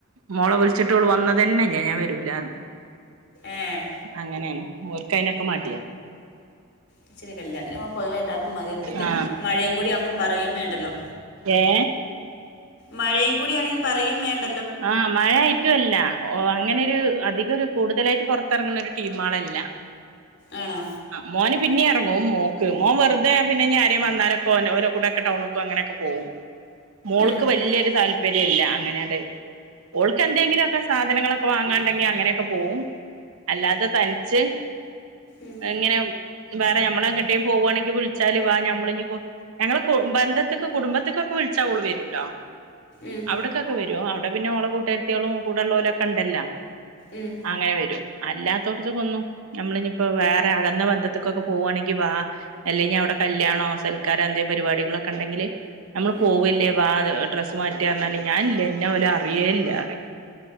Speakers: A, on the right; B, on the left.
A: മോളെ വിളിച്ചിട്ടോള് വന്നതുതന്നേയില്ല ഞാൻ വരൂലയെന്നു
B: ആഹ
A: അങ്ങനെയാണ് ഓൽക്ക് അയ് നൊക്കെ മടിയാ.
B: ഇച്ചിരി കല്യാണത്തിന് പൊതുവെ എല്ലാർക്കും മതി ഇപ്പത്തെ
A: ആ
B: മഴയും കൂടി ആകുമ്പോപറയും വേണ്ടല്ലോ.
A: ഏ
B: മഴയും കൂടാണെങ്കിൽ പറയും വേണ്ട.
A: ആഹ മഴായിട്ടുംല്ല അങ്ങനെരു. അധികം കൂടുതലായിട്ട് പുറത്തിറങ്ങുന്ന ഒരു ടീമുകൾ അല്ല
B: ആണോ
A: മോനെ.. പിന്നെ ഇറങ്ങും മോക്ക് മോൻ വെറുതെ പിന്നെ ആരെങ്കിലും വന്നാലൊക്കോ ഓല കൂടെ ഒക്കെ ടൗണൊക്കോ അങ്ങനെയൊക്കെ പോകവും. മോൾക്ക്
B: ഉം
A: വല്യൊരു താല്പര്യം ഇല്ല അങ്ങനെയ ണ്ട്. ഓൾക്ക് എന്തെങ്കിലുക്കെ സാധനങ്ങളൊക്കെ വാങ്ങാണ്ടെങ്കി അങ്ങനെയൊക്കെ പോവും. അല്ലാതെ തനിച്ച്
B: ഉം
A: ഇങ്ങനെ. വേറെ നമ്മളെങ്ങട്ടേും പോവുകവാണെങ്കിൽ വിളിച്ചാല് വാ മ്മൾ ഞങ്ങളെ ബന്ധത്തിക്ക് കുടുംബത്തിക്കൊക്കെ. വിളിച്ച ഓൾ വരുട്ടോ.
B: ഉം
A: അവിടക്കൊക്കെ വരും അവിടെ പിന്നെ ഓളകൂട്ടുകരുത്തികളും കൂടെള്ളഓലും ഒക്കെ ഉണ്ടല്ലോ
B: ഉം
A: അങ്ങനെ വരു. അല്ലാത്തോടത്ത കൊന്നു നമ്മള് ഇനിയിപ്പോ വേറെ അകങ്ങന്ന ബന്ധത്തക്കൊക്കെ പോവുവാണെങ്കി വാ അല്ലയെക്കിൽ അവിടെ കല്യാണോ സൽക്കാരോ എന്തേ പരിപാടികളൊക്കെ ഉണ്ടെങ്കില് നമ്മള്
B: ഉം
A: പോവല്ലേ വാ ഡ്രസ്സ് മാറ്റി പറഞ്ഞാല് ഞാൻ ഇല്ലാ എന്ന പോലെ അറിയേല്ലാറിയില്ല